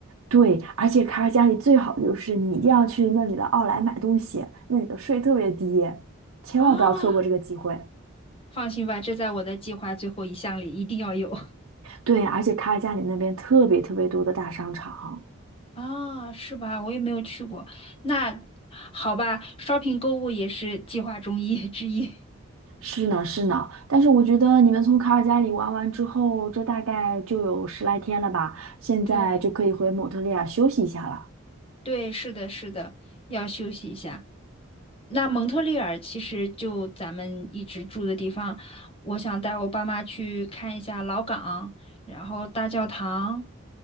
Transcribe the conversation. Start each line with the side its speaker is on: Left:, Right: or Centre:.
Right: 对，而且卡尔加里最好的就是你一定要去那里的奥莱买东西，那里的税特别低，千万不要错过这个机会。
Left: 啊，放心吧，这在我的计划最后一项里一定要有。<laughs>
Right: 对，而且卡尔加里那边特别特别多的大商场。
Left: 啊，是吧？我也没有去过。那好吧，shopping 购物也是计划中一之一。
Right: 是呢，是呢，但是我觉得你们从卡尔加里玩完之后，这大概就有十来天了吧，现在就可以回蒙特利尔休息一下了。
Left: <laughs> 对，对，是的，是的，要休息一下。那蒙特利尔其实就咱们一直住的地方，我想带我爸妈去看一下老港，然后大教堂，